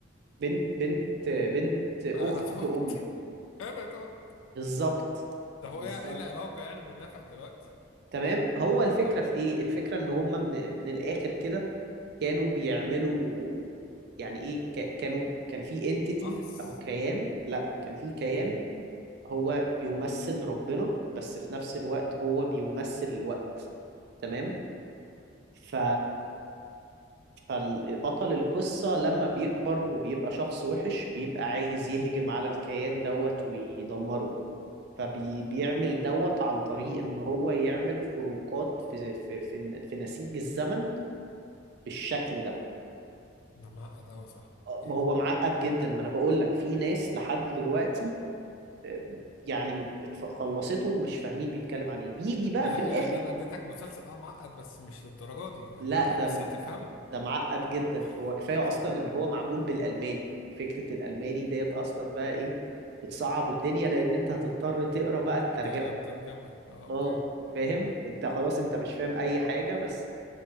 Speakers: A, on the right; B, on the left.
A: بنت بنت بنت أخت
B: انا تهت
A: أمه
B: <laughs> انا تهت
A: بالظبط
B: طب
A: بالظبط
B: هو ايه إيه العلاقه يعني بالنفق دلوقتي
A: تمام هو الفكرة
B: يا
A: في ايه الفكرة ان هم من من الاخر كده كانوا بيعملوا يعني ايه ك- كانوا كان في انتيتي
B: بحث
A: او كيان لا كان في كيان
B: اوكي
A: هو بيمثل ربنا بس في نفس الوقت هو بيمثل الوقت تمام ف فالبطل القصة لما بيكبر وبيبقى شخص وحش بيبقى عايز يهجم على الكيان دوت ويدمره فبيعمل دوت عن طريق ان هو يعمل خروقات في في في, في نسيج الزمن بالشكل ده
B: ده معقد قوي يا صاحبي
A: آه،
B: ايه
A: هو
B: ده
A: معقد جدا ما انا بقول لك في ناس لحد دلوقتي آه، يعني اتف- خلصته ومش فاهمين بيتكلم عن ايه بيجي بقى
B: لا
A: في الاخر
B: يعني انا اديتك مسلسل اه معقد بس مش للدرجه دي يعني
A: لا
B: معقد
A: ده
B: بس
A: م-
B: هتفهمه
A: ده معقد جدا
B: <laughs>
A: هو كفايه اصلا ان هو معمول بالالماني فكره الالماني ديت اصلا بقى ايه بتصعب الدنيا لان انت هتضطر تقرا بقى الترجمه
B: تقرا الترجمه اه اوكي
A: اه فاهم انت خلاص انت مش فاهم اي حاجه بس